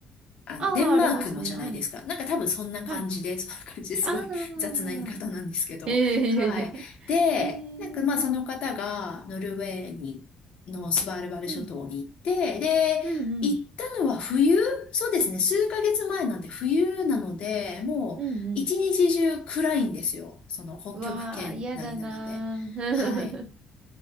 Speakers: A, on the left; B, on the right.
A: あの、
B: ああ、
A: デンマークのじゃないですか。
B: ありますね。はい、
A: なんか多分そんな感じで、
B: はい。
A: <laughs> そんな感じですごい
B: ああ、
A: <laughs> 雑な言い方なんですけど。
B: <laughs> ええいえい
A: はい。で、
B: え。<laughs> ええ
A: なんかまあその方がノルウェーに、のスバルバル諸島に行って、
B: うん、
A: で、
B: うん、うん、
A: 行ったのは冬そうですね。数ヶ月前なんで冬なので、もう一日中暗いんですよ。
B: うん、うん。
A: その北極圏内なので。
B: うわあ、嫌だなー。
A: はい。